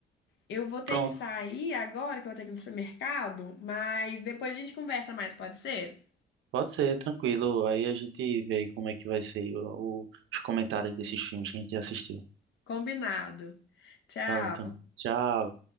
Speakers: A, on the left; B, on the right.
A: Eu vou ter
B: Pronto,
A: que sair agora, que eu vou ter que ir no supermercado, mas depois a gente conversa mais, pode ser?
B: pode ser, tranquilo. Aí a gente vê aí como é que vai ser o- o- os comentários desses filmes que a gente assistiu.
A: Combinado. Tchau.
B: Tá bom, então. Tchau.